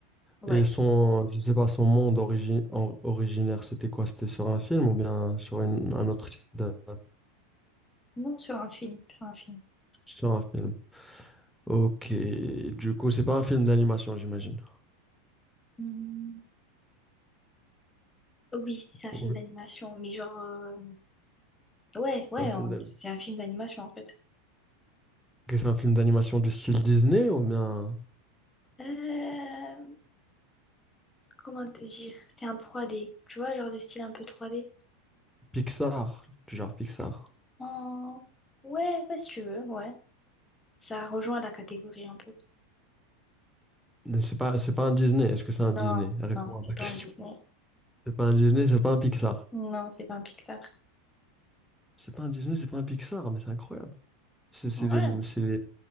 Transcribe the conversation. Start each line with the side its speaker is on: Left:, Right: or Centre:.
Left: ouais.
Centre: Et son, je sais pas, son monde origi- or- originaire, c'était quoi? C'était sur un film ou bien sur une- un autre type d'œuvre
Left: Non, sur un film, sur un film.
Centre: Sur un film. Ok, du coup, c'est pas un film d'animation, j'imagine.
Left: Mm. Oui, c'est un
Centre: Oui.
Left: film d'animation, mais genre... euh, Ouais, ouais,
Centre: C'est un film
Left: on-
Centre: d'a-
Left: c'est un film d'animation en fait.
Centre: que c'est un film d'animation du style Disney ou bien
Left: Euh, Comment te dire? C'est un trois d tu vois, genre de style un peu trois d
Centre: Pixar, du genre Pixar.
Left: En- Ouais, ouais, si tu veux, ouais. Ça rejoint la catégorie un peu.
Centre: Mais c'est pas, c'est pas un Disney. Est-ce que c'est un
Left: Non,
Centre: Disney? Réponds
Left: non, c'est
Centre: à ma
Left: pas
Centre: question.
Left: un Disney.
Centre: <laughs> C'est pas un Disney, c'est pas un Pixar.
Left: Non, c'est pas un Pixar.
Centre: C'est pas un Disney, c'est pas un Pixar, mais c'est incroyable. C'est c'est
Left: Ouais.
Centre: les, c'est les,